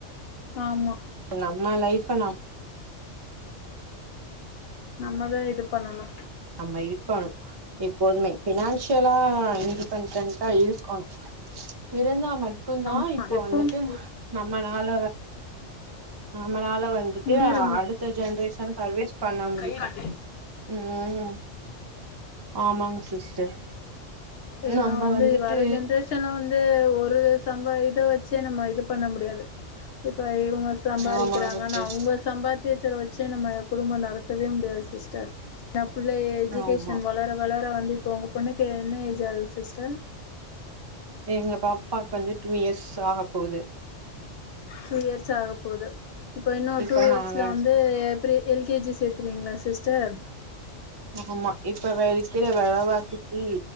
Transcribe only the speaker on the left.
ஆமா
நம்மதா இது பண்ணணு
ஆமா
எப்பவுமே
முன்னேற
ஹிராட்டி
ஏன்னா
வந்து
வர ஜென்ரேஷன வந்து ஒரு நம்ப இத வச்சே நம்ம இது பண்ண முடியாது இப்ப அவங் சம்பாரிக்கிறாங்கன்
அவங்க சம்பாத் தியத்துல வச்சே நம்ம குடும்ப நடத்தவே முடியாது சிஸ்டர் எ புள்ளய எஜுகேஷன்
வளர வளர வந்து இப்போ உங்க பொண்ணுக்கு என்ன ஏஜ் ஆகுது சிஸ்டர்
டூ இயர்ஸ் ஆகப்போது இப்போ இன்னு
டூ இயர்ஸ்ல
வந்து எப்டி எல் கே ஜி சேர்த்துருவீங்ளா சிஸ்டர்